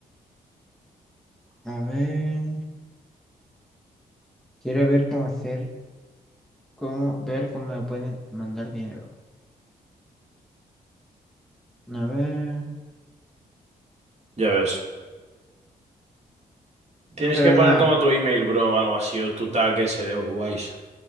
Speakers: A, in the centre; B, on the right (about 35°).
A: A ver. Quiero ver cómo hacer, cómo ver cómo me pueden mandar dinero. A ver.
B: Ya ves. Tienes
A: Pero
B: que poner
A: nada.
B: como tu email, bro, o algo así, o tu tag ese de Wise.